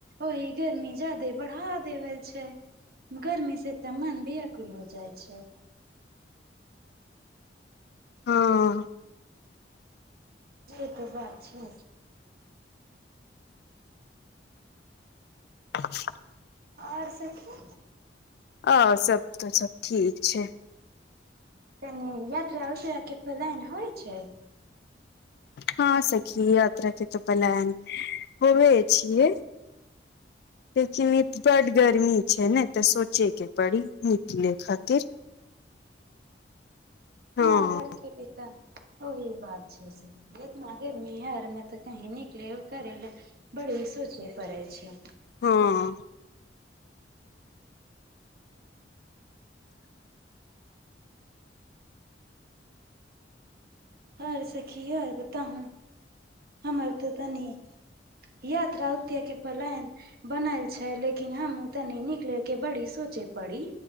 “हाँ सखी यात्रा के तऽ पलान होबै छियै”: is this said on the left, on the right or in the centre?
Left